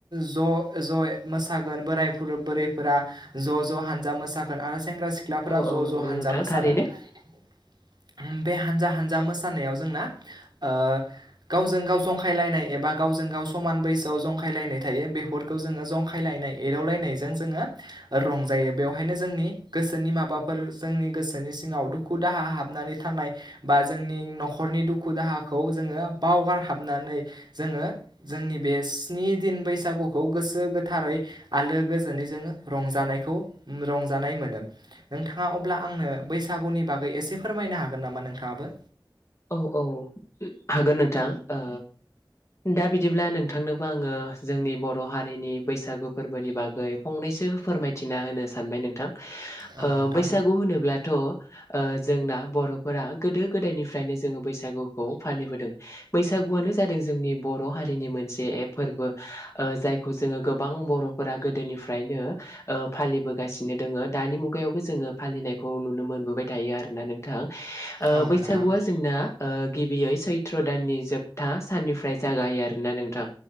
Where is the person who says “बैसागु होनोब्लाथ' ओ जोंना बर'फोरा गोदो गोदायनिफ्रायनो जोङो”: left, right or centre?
Left